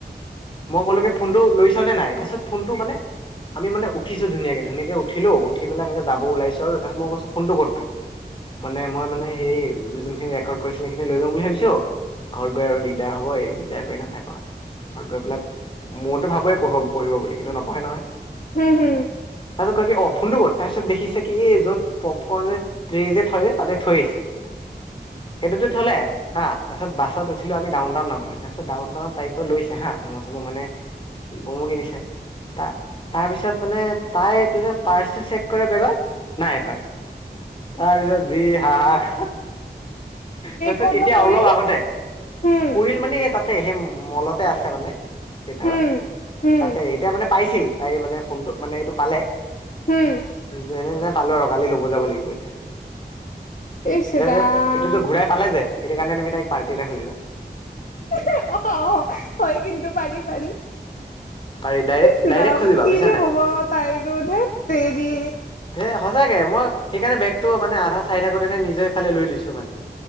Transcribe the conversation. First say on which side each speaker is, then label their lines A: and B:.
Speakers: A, on the left; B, on the left.
A: মই ক'লো কে ফোনটো লৈছানে নাই তাৰপিছত ফোনটো মানে আমি মান উঠিছোঁ ধুনীয়াকে ধুনীয়াকে উঠিলো উঠি পেলে এনেকে যাব ওলাইছো আৰু তাস মই কৈছো ফোনটো কৰ তোৰ। মানে মই মানে হেই <unintelligible> যোনখিন ৰেকৰ্ড কৰিছিল সেইসিনি লৈ ল বুলি ভাবিছো ঘৰত গৈ আৰু দিগদাৰ হ'ব এই দিগদাৰ কৰি নাথাকো আৰু। ত, বিলাক মূৰটো ভাবে পঢ়-পঢ়িব বুলি কিন্তু নপঢ়ে নহয়।
B: হম, হম।
A: তাছত কয় কি অ ফোনটো ক? ছত দেখিছা কে এই য'ত পপকনে ত্ৰেজে থৈ যে তাতে থৈ আহিছে। সেইটোতো থ'লে হা' তাৰপিছত বাছত উঠিলোঁ আমি ডাউনটাউন নামিলো তাৰপিছত ডাউনটাউনৰ তাৰিকত লৈছে হা মম' চম' মানে মম' কিনিছে। তা তাৰপিছত মানে তেটা পাৰ্চটো চেক কৰে বেগত নাই পাৰ্চটো। তাৰপিছত যি হাহাস তাৰপিছত
B: ক'ত
A: এতিয়া
B: বা পৰিল
A: অলপ আগতে,
B: হম
A: পুৰিল মানে এই তাত তাতে, সে মলতে আছে মানে থিয়েটাৰত,
B: হম হম
A: তাতে এতিয়া মানে পাইছিল, তাই মানে ফোনটো মানে এইটো পালে,
B: হম
A: যেনেতেনে। পালোঁ আৰ, কালি ল'ব যাব লাগিব এতিয়া।
B: ইচ
A: এতিয়া
B: ৰাম
A: যে এইটো যে ঘূৰাই পালে যে, সেইটো কাৰণে তুমি তাইক পাৰ্টি এটা খুজিবা।
B: <unintelligible> অহ অ হয় কিন্তু পাৰ্টি পাৰ্টি।
A: পাৰি ডাইৰেক্ট
B: ইছ
A: ডাইৰেক্ট
B: ৰাম!
A: খুজিবা
B: কি
A: বুজিছা
B: যে
A: নাই
B: হ'ব, তাই ধেৎ তেৰি!
A: এই সঁচাকে মই সেইকাৰণে বেগটো মানে আধা চাই থাকোঁতে নিজৰ এই ফালে লৈ লৈছোঁ মানে।